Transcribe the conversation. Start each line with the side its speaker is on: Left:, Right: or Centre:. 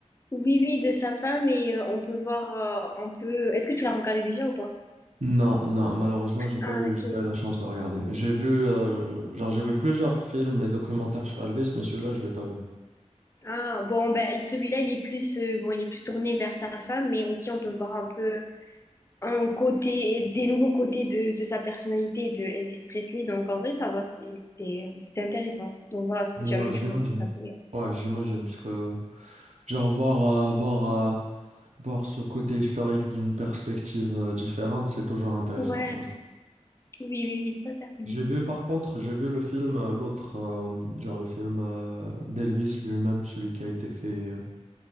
Left: oui, oui, de sa femme, et euh, on peut voir euh, un peu. Est-ce que tu l'as regardé déjà ou pas?
Right: Non, non, malheureusement, j'ai pas
Left: Ah,
Right: eu,
Left: ok.
Right: j'ai pas eu la chance de regarder. J'ai vu, euh, genre, j'ai vu plusieurs films et documentaires sur Elvis, mais celui-là, je l'ai pas vu.
Left: Ah, bon, ben, celui-là, il est plus, euh, bon, il est plus tourné vers sa femme, mais aussi on peut voir un peu un côté, des nouveaux côtés de, de sa personnalité de Elvis Presley. Donc, en vrai, ça va, c'est c'est- c'est intéressant. Donc, voilà, si
Right: Ouais,
Left: jamais tu
Right: j'imagine.
Left: veux regarder.
Right: Ouais, j'imagine, parce que, genre, voir, euh, voir, euh, Voir ce côté historique d'une perspective euh, différente, c'est toujours intéressant,
Left: Ouais,
Right: tu vois.
Left: oui, oui, oui, ça, certainement.
Right: J'ai vu, par contre, j'ai vu le film, euh, l'autre, euh, genre le film euh, d'Elvis lui-même, celui qui a été fait, euh,